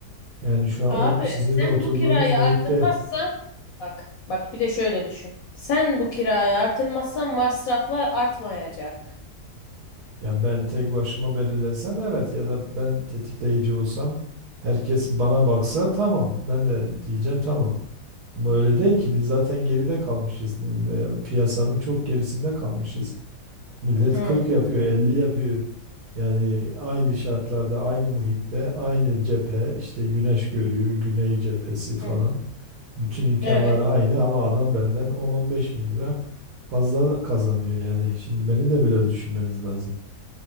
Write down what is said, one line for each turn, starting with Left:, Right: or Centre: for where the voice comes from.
Right: Yani şu an
Left: Abi
Right: o, sizin
Left: sen
Right: oturduğunuz
Left: bu kirayı
Right: muhitte
Left: artırmazsan bak bak bir de şöyle düşün. Sen bu kirayı artırmazsan masraflar artmayacak.
Right: ya ben tek başıma belirlesem evet ya da ben tetikleyici olsam herkes bana baksa tamam ben de diyeceğim tamam. Ama öyle değil ki biz zaten geride kalmışız. değil mi? Eee, Piyasanın çok gerisinde kalmışız. Millet
Left: Hı,
Right: 40 yapıyor, 50 yapıyor. Yani aynı şartlarda, aynı muhitte, aynı cephe, işte güneş görüyor, güney cephesi falan.
Left: hı.
Right: Bütün imkanlar
Left: Evet.
Right: aynı ama adam benden on on beş bin lira fazla kazanıyor yani. Şimdi beni de biraz düşünmeniz lazım.